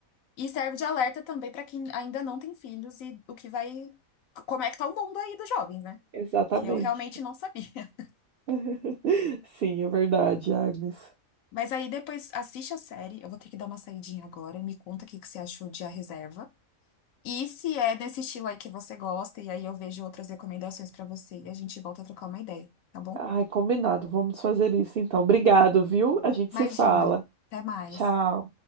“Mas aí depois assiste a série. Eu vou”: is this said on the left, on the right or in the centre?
Left